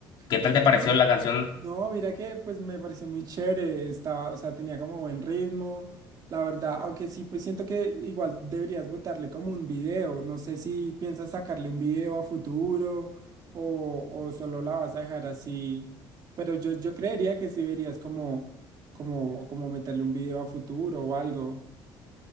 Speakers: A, on the left; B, on the right.
A: ¿Qué tal
B: Sí.
A: te pareció la canción?
B: No, mira que pues me pareció muy chévere, estaba, o sea, tenía como buen ritmo, la verdad, aunque sí, pues siento que igual deberías botarle como un video, no sé si piensas sacarle un video a futuro o, o solo la vas a dejar así, pero yo, yo creería que sí deberías como, como, como meterle un video a futuro o algo.